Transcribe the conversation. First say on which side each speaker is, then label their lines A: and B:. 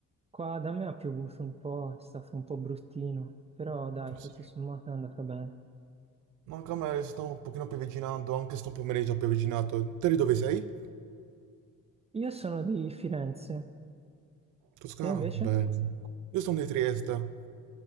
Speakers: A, on the right (about 20°); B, on the right (about 80°).
A: qua da me ha piovuto un po', è stato un po' bruttino, però dai,
B: ah,
A: tutto
B: sì.
A: sommato è andata bene.
B: No, Anche a me sto un pochino piovigginando, anche sto pomeriggio ha pioviginato. Te di dove sei?
A: Io sono di Firenze,
B: Toscana?
A: te invece?
B: Bello. Io sono di Trieste.